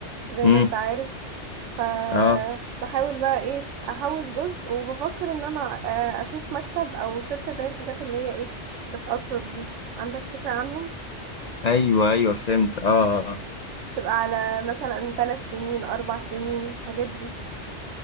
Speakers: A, on the right; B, on the left.
A: زي
B: امم
A: ما انت عارف فبحاول
B: اه
A: بقى ايه احوش جزء وبفكر ان انا آه، اشوف مكتب او شركة زي الحاجات اللي هي ايه بتقسط دي عندك فكرة عنهم
B: ايوه ايوه فهمت اه اه
A: تبقى على مثلا ثلاث سنين اربع سنين الحاجات دي